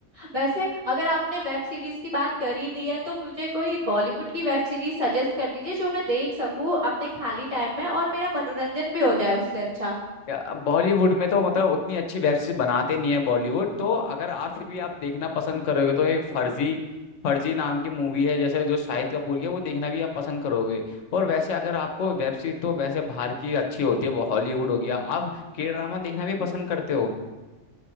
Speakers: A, on the right (about 30°); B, on the left (about 85°).
A: वैसे अगर आपने वेब सीरीज की बात कर ही दी है तो मुझे कोई बॉलीवुड की वेब सीरीज सजेस्ट कर दीजिए जो मैं देख सकूँ अपने खाली टाइम में और मेरा मनोरंजन भी हो जाए उससे अच्छा
B: या- बॉलीवुड में तो मतलब उतनी अच्छी वेब सीरीज बनाते नहीं है बॉलीवुड तो अगर आप फिर भी आप देखना पसंद करोगे तो एक फर्जी फर्जी नाम की मूवी है जैसे जो शाहिद कपूर की है वो देखना भी आप पसंद करोगे और वैसे अगर आपको वेब सीरीज तो वैसे बाहर की अच्छी होती है वो हॉलीवुड हो गया आप के ड्रामा देखना भी पसंद करते हो